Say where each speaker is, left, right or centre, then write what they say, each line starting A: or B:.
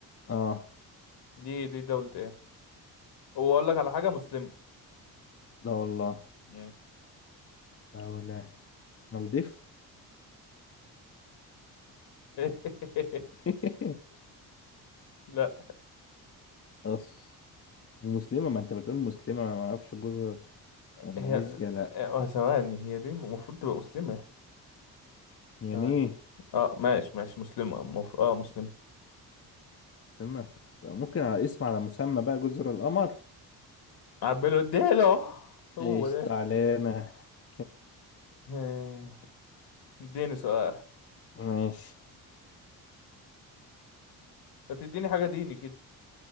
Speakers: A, on the left; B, on the left.
A: اه
B: دي دي دولة ايه واقول لك على حاجة مسلمة
A: لا والله
B: مم.
A: دولة مالديف
B: <laughs>
A: <laughs>
B: لا
A: أص مسلمة ما انت بتقول مسلمة ما اعرفش جزر ماليزيا
B: هي لا،
A: لا
B: آه، ثواني هي دي المفروض تبقى مسلمة
A: يمين
B: ثواني اه ماشي ماشي مسلمة مفروض اه مسلمة
A: مسلمة ممكن على اسم على مسمى بقى جزر القمر
B: عبله اديله هو
A: ايش
B: ده
A: تعالينا <laughs>
B: <laughs> آه، اديني سؤال
A: ماشي
B: ما تديني حاجة ديني كده